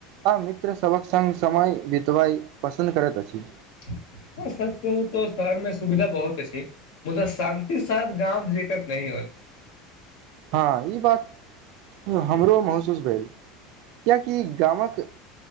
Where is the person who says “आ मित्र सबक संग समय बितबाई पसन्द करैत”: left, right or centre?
Right